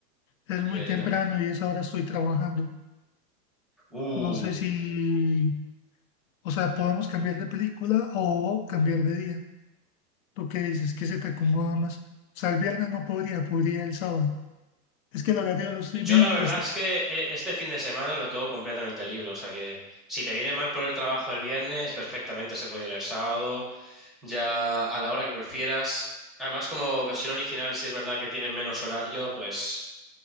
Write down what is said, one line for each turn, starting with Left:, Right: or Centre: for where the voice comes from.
Left: Es
Centre: Dime,
Left: muy temprano
Centre: dime.
Left: y a esa hora estoy trabajando.
Centre: Uh.
Left: No sé si, o sea, podemos cambiar de película o cambiar de día. ¿Tú qué dices? ¿Qué se te acomoda más? O sea, el viernes no podría, podría el sábado. Es que el horario lo estoy
Centre: Yo
Left: viendo
Centre: la verdad
Left: y está.
Centre: es que eh, este fin de semana lo tengo completamente libre, o sea que si te viene mal por el trabajo el viernes, perfectamente se puede ir el sábado, ya a la hora que prefieras. Además, como versión original, si es verdad que tienen menos horario, pues